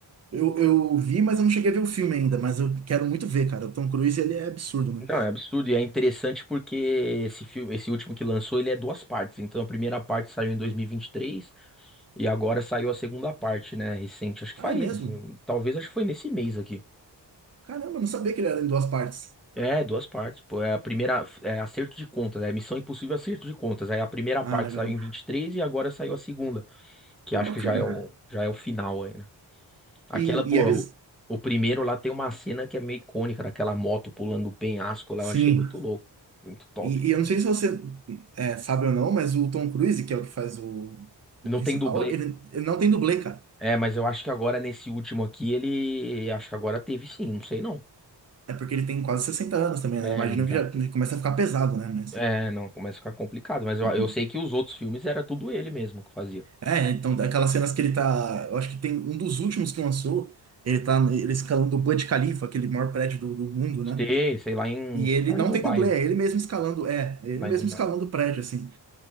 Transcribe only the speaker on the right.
Eu, eu vi, mas eu não cheguei a ver o filme ainda, mas eu quero muito ver, cara. O Tom Cruise, ele é absurdo, né?
Ah,
é mesmo?
Caramba, eu não sabia que ele era em duas partes.
Ah,
legal.
Pô,
bacana,
cara.
E,
e é biz...
Sim.
E, e eu não sei se você é, sabe ou não, mas o Tom Cruise, que é o que faz o,
o principal,
ele, ele não tem dublê, cara.
É porque ele tem quase 60 anos também,
né? Imagino
que
já ele começa a ficar pesado, né? Mas.
uhum.
É, então aquelas cenas que ele tá. Eu acho que tem um dos últimos que lançou. Ele tá ele escalando o Burj Khalifa, aquele maior prédio do, do mundo, né?
E
ele
não
tem dublê,
é ele mesmo escalando. É, é ele
mesmo
escalando o prédio, assim.